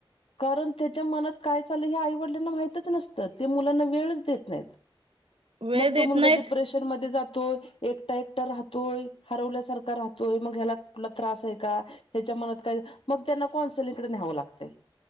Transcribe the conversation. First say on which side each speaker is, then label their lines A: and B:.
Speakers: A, on the left; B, on the right.
A: कारण त्याच्या मनात काय चाललं हे आई-वडिलांना माहितच नसतं ते मुलांना वेळच देत नाहीत. <unintelligible>
B: वेळ
A: मग
B: देत
A: तो मुलगा
B: नाहीत
A: डिप्रेशन मध्ये जातोय, एकटा-एकटा राहतोय, हरवल्यासारखा राह तोय मग ह्याला कुठला त्रास आहे का? ह्याच्या मनात काय मग त्यांना कौन्सिलिंगकडे न्यावं लागतंय.